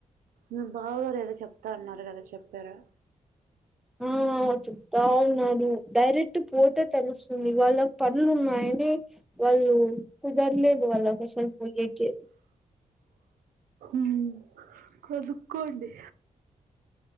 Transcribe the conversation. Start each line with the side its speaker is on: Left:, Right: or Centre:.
Right: మీ బావ గారు ఏదో చెప్తా అన్నారు గదా చెప్పారా
Centre: ఉమ్ చెప్తా ఉన్నాడు డైరెక్ట్ పోతే తెలుస్తుంది ఇవాళ పనులు ఉన్నాయని వాళ్ళు కుదర్లేదు వాళ్ళ అసలు పోనికి
Right: ఉమ్ కొనుకోండి